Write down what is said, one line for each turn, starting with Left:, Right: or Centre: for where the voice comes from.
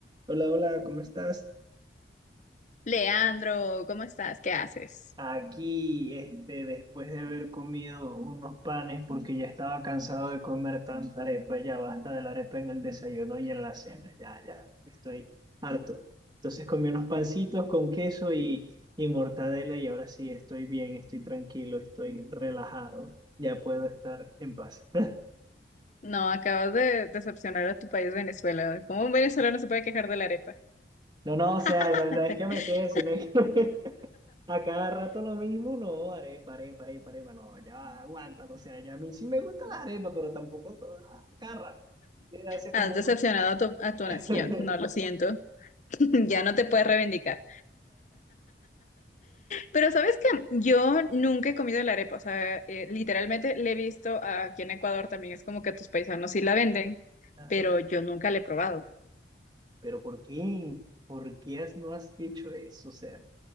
Right: Hola, hola, ¿cómo estás?
Left: Leandro, ¿cómo estás? ¿Qué haces?
Right: Aquí, este, después de haber comido unos panes, porque ya estaba cansado de comer tanta arepa, ya basta de la arepa en el desayuno y en la cena, ya, ya, estoy harto. Entonces comí unos pancitos con queso y, y mortadela y ahora sí estoy bien, estoy tranquilo, estoy relajado, ya puedo estar en paz. <laughs>
Left: No, acabas de decepcionar a tu país, Venezuela. ¿Cómo un venezolano se puede quejar de la arepa?
Right: No, no, o sea,
Left: <laughs>
Right: no, no es que me quede, sino es que <laughs> A cada rato lo mismo, no, arepa, arepa, arepa, arepa, no, ya va, aguanta, o sea, ya a mí sí me gusta la arepa, pero tampoco to- a cada rato. Eh, Hace
Left: Has
Right: como
Left: decepcionado
Right: un...
Left: a tu, a tu nación.
Right: <laughs>
Left: No, lo siento. <laughs> Ya no te puedes reivindicar. Pero sabes que yo nunca he comido la arepa. O sea, eh, literalmente le he visto aquí en Ecuador también. Es como que tus paisanos sí la venden,
Right: Ajá.
Left: pero yo nunca la he probado.
Right: Pero ¿por qué? ¿Por qué has- no has hecho eso? O sea,